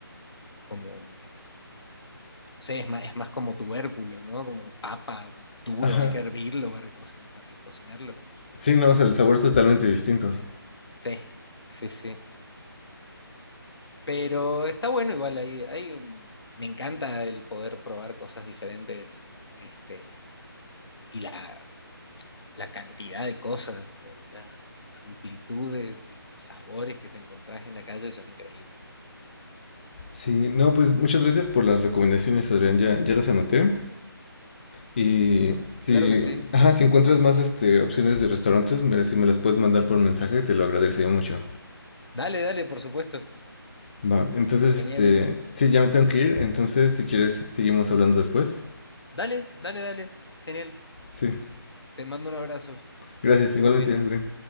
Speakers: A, on the left (about 80°); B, on the left (about 25°).
A: como Sí, es más, es más como tubérculo, ¿no? Como papa duro,
B: Ajá.
A: hay que hervirlo para, cocin- para cocinarlo.
B: Sí, no, o sea, el sabor es totalmente distinto.
A: Sí, sí, sí. Pero está bueno igual ahí. ahí, um, me encanta el poder probar cosas diferentes, este, y la, la cantidad de cosas, la, la amplitud de, de sabores que te encontrás en la calle son increíbles.
B: Sí, no, pues muchas gracias por las recomendaciones, Adrián, ya, ya las anoté. Y si,
A: Claro que sí.
B: ajá, si encuentras más este, opciones de restaurantes, me- si me las puedes mandar por mensaje, te lo agradecería mucho.
A: Dale, dale, por supuesto.
B: Va, entonces,
A: Genial,
B: este,
A: Eric.
B: sí, ya me tengo que ir, entonces si quieres, seguimos hablando después.
A: Dale, dale, dale. Genial.
B: Sí,
A: Te mando un abrazo.
B: gracias,
A: Que estés
B: igualmente,
A: muy bien.
B: Adrián.